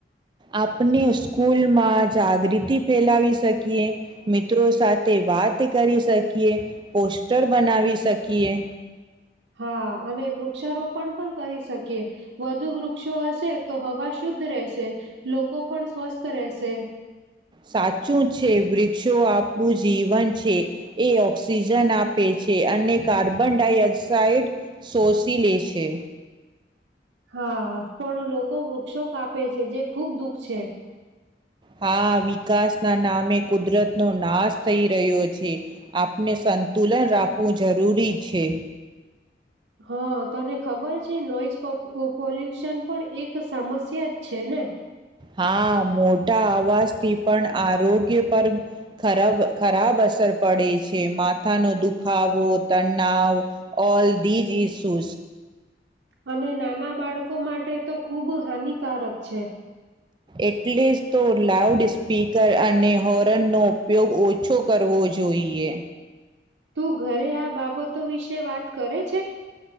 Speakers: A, on the right (about 25°); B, on the right (about 90°).
A: આપણે સ્ કૂલમાં જાગૃતિ ફેલાવી શકીએ મિત્રો સાથે વાત કરી શકીએ પોસ્ટર બનાવી શકીએ
B: હા અને વૃક્ષારોપણ પણ કરી શકીએ વધુ વૃક્ષો હશે તો હવા શુદ્ધ રહેશે લોકો પણ સ્વસ્થ રહેશે
A: સાચું છે વૃક્ષો આપણું જીવન છે એ ઓક્સિજન આપે છે અને કાર્બન ડાયોક્સાઇડ શોષી લે છે
B: હા પણ લોકો વૃક્ષો કાપે છે જે ખુબ દુઃખ છે
A: હા વિકાસના નામે કુદરતનો નાશ થઈ રહ્યો છે આપને સંતુલન રાખવું જરૂરી છે
B: હા તને ખબર છે નોઈઝ પોલ્યુશન પણ એક સમસ્યા જ છે ને
A: હા મોટા અવાજથી પણ આરોગ્ય પર ખરાબ ખરાબ અસર પડે છે માથાનો દુખાવો તનાવ ઓલ ધીઝ ઈસુ
B: અને નાના બાળકો માટે તો ખૂબ હાનિકારક છે
A: એટલે જ તો લાઉડ સ્પીકર અને હોર્નનો ઉપયોગ ઓછો કરવો જોઈએ
B: તું ઘરે આ બાબતો વિશે વાત કરે છે